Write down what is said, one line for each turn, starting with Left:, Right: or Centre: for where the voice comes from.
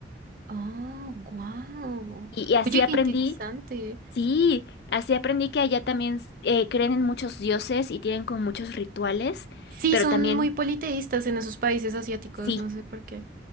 Right: Oh, wow.
Left: Y, y así
Right: Oye,
Left: aprendí
Right: qué interesante.
Left: Sí, así aprendí que allá también eh, creen en muchos dioses y tienen como muchos rituales,
Right: Sí,
Left: pero
Right: son
Left: también,
Right: muy politeístas en esos países asiáticos,
Left: sí,
Right: no sé por qué.